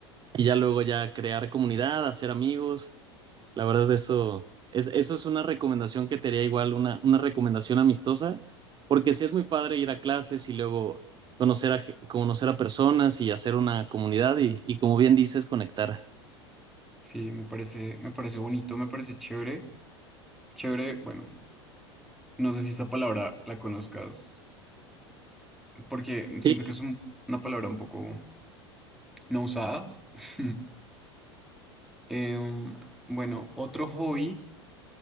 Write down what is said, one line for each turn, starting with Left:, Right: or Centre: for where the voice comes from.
Right: y ya luego ya crear comunidad, hacer amigos. La verdad, eso es, eso es una recomendación que te haría igual, una, una recomendación amistosa, porque sí es muy padre ir a clases y luego conocer a, ge- conocer a personas y hacer una comunidad y, y como bien dices, conectar.
Centre: Sí, me parece, me parece bonito, me parece chévere. Chévere, bueno, no sé si esa palabra la conozcas, porque siento
Right: Sí,
Centre: que es un- una palabra un poco no usada. <laughs> Em, bueno, otro hobby.